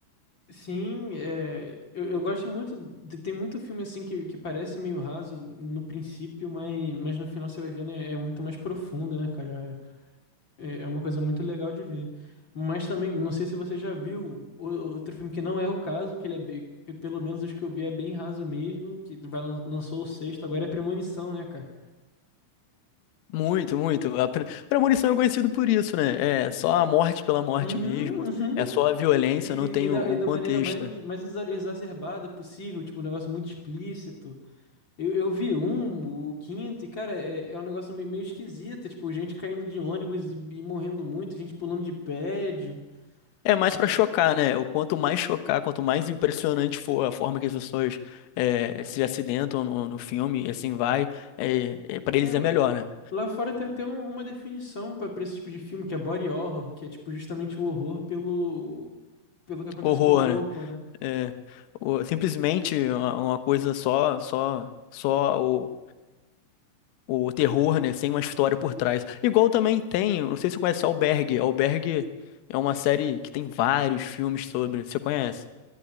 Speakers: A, on the left; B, on the left.
A: Sim, é, eu, eu gosto muito. de- tem muito filme assim que, que parece meio raso no princípio, mas, mas no final você vai vendo é, é muito mais profundo, né, cara? É, é é uma coisa muito legal de ver. Mas também, não sei se você já viu o- outro filme que não é o caso, que ele é bem, pe- pelo menos os que eu vi é bem raso mesmo, que vai, lan- lançou o sexto, agora é Premonição, né, cara?
B: Muito, muito. A pre- premonição é conhecido por isso, né? É só a morte pela morte
A: Uhum,
B: mesmo.
A: uhum.
B: É só a violência,
A: E, e-
B: não tem
A: e da,
B: um
A: e
B: um
A: da
B: contexto.
A: maneira mais, mais exa- exacerbada possível, tipo, um negócio muito explícito. Eu, eu vi um, o quinto, e cara, é, é um negócio meio, meio esquisito, tipo, gente caindo de ônibus e, e morrendo muito, gente pulando de prédio.
B: É mais
A: É,
B: pra chocar, né? O Quanto mais chocar, quanto mais impressionante for a forma que as pessoas eh, se acidentam no, no filme, e assim vai, é, é, para
A: é,
B: eles
A: lá
B: é melhor, né?
A: lá fora tem até um- uma definição pra pra esse tipo de filme, que é body horror, que é tipo justamente o horror pelo, pelo que acontece
B: Horror,
A: com o corpo,
B: né?
A: né?
B: É, o- simplesmente uma, uma coisa só, só, só o, o terror, né? Sem uma história por trás. Igual também tem, não sei se você conhece Albergue. Albergue é uma série que tem vários filmes sobre. Você conhece?